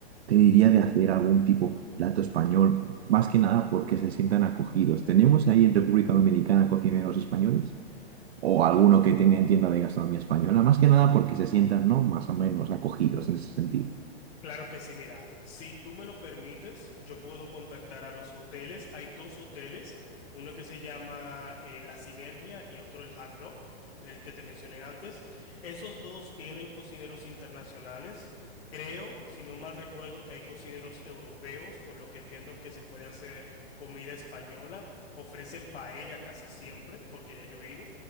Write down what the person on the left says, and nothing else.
Claro que sí, mira, si tú me lo permites, yo puedo contactar a los hoteles. Hay dos hoteles, uno que se llama eh, La Sinergia y otro el Hard Rock, el que te mencioné antes. Esos dos tienen cocineros internacionales. Creo, si no mal recuerdo, que hay cocineros europeos, por lo que entiendo que se puede hacer comida española. Ofrecen paella casi siempre, porque ya yo he ido.